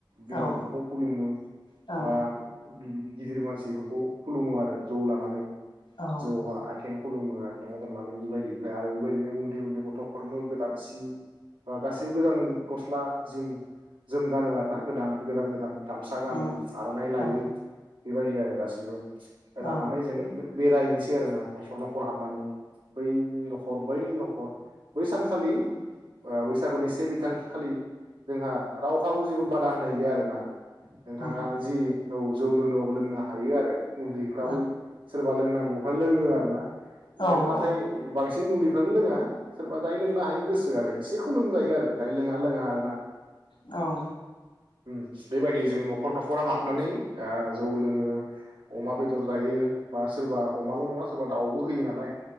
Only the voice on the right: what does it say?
बिमा
बिफाखौ खुलुमो
बा बिदि बिद गिदिर मानसिफोरखौ खुलुमो आरो ज' लानानै
ज हा आइथेंयाव खुलुमो आथिङाव हमनानै बेबायदि ओमफ्राय आरो बेबायदिनो उन्दै उन्दै गथ' हरनो गोदान सि बा गासिबो गोदान गस्ला जि जोम गानो आरो ना गोदान गोदान गोदान गामसा गानो
आर'नाइ लायो
बेबायदि आरो गासैबो
लानानै जोङो लु बेरायनोसै आरोना न'खर न'खर हाबनानै बैनि न'खर बै न' न'खर बै सानखालि बैसागुनि से बिथांखि खालि जोंहा रावहाबो जेबो बादा होनाय गैया आरोना नोंथाङा
जि औ जौ लोंनोयाव लोंनो हायो आरो उन्दैफ्राबो
सोरबा लोंनांगौफ्रा लोङो आरोना इनो
नाथाय बांसिन जों उन्दैफ्रानो लोङा सोरबा जाय लोंनो हायो गोसो आरो इसेखौ लोंजायो आरो जाय लोङा लोङा आरोना
ओम बेबायदि जों न'खर न'खरा हाबनानै ओ जौ लोङो अमा बेदर जायो बा सोरबा अमाल' नङा सोरबा दाउबो होयो नालाय